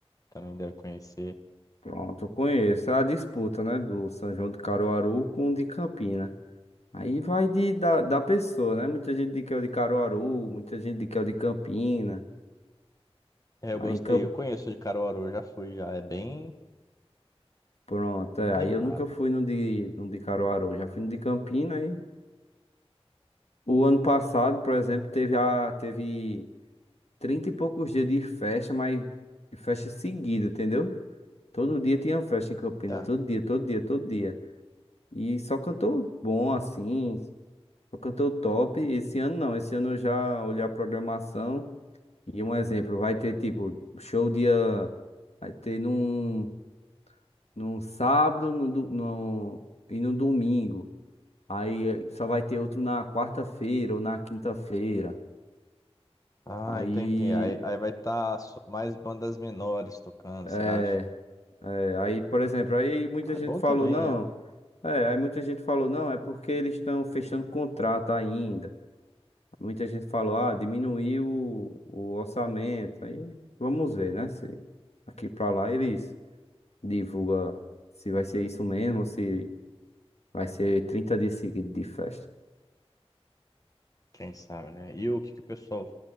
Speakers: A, on the left; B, on the left.
A: também deve conhecer.
B: Pronto, eu conheço. É a disputa, né? Do São João de Caruaru com o de Campina. Aí vai de, da, da pessoa, né? Muita gente diz que é o de Caruaru, muita gente diz que é o de Campina.
A: É, eu
B: Mas
A: gostei,
B: em Camp...
A: eu conheço o de Caruaru, já fui, já é bem,
B: Pronto,
A: bem
B: é. Aí
A: animado.
B: eu nunca fui no de, no de Caruaru, já fui no de Campina. aí o ano passado, por exemplo, teve, a, teve 30 e poucos dias de festa, mas de festa seguida, entendeu? Todo dia tinha festa em Campina,
A: Tá.
B: todo dia, todo dia, todo dia. E só cantor bom assim. O cantor top, esse ano não, esse ano eu já olhei a programação e um exemplo, vai ter tipo show dia, vai ter num, num sábado no, do- no, e no domingo, aí eh, só vai ter outro na quarta-feira ou na quinta-feira,
A: Ah,
B: aí,
A: entendi. Aí, aí vai estar mais bandas menores tocando,
B: é,
A: você acha?
B: é, aí por exemplo, aí muita
A: Ah,
B: gente
A: É bom
B: falou
A: também,
B: não,
A: né?
B: é, aí muita gente falou não, é porque eles estão fechando contrato ainda. Muita gente falou, ah, diminuiu o, o orçamento. Aí vamos ver, né? Se aqui pra lá eles divulgam se vai ser isso mesmo, se vai ser 30 dias seguidos de festa.
A: Quem sabe, né? E o que, que o pessoal